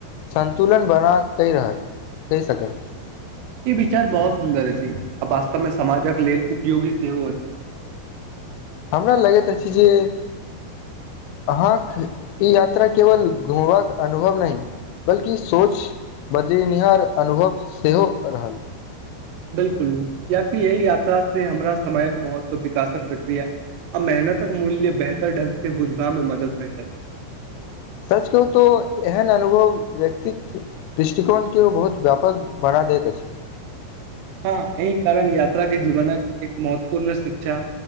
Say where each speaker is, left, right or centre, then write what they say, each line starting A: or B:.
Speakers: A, on the left; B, on the right.
A: संन्तुलन बना कै रहत कहि सकत
B: ई विचार बहुत सुन्दर अछि आ वास्तवमे समाजक लेल उपयोगी सेहो अछि
A: हमरा लगैत अछि जे अहाँक ई यात्रा केवल घुमबाक अनुभव नहि बल्कि सोच बदलिनिहार अनुभव सेहो रहल
B: बिलकुल कियाकि अइ यात्रा से हमरा समयक महत्व विकासक प्रक्रिया आ मेहनतक मूल्य बेहतर ढंग से बुझबा मे मदद भेटल
A: सच कहू तो एहन अनुभव व्यक्तित्व दृष्टिकोण केओ बहुत व्यापक बना दैत अछि
B: हँ एहि कारण यात्रा के जीवनक एक महत्वपूर्ण शिक्षा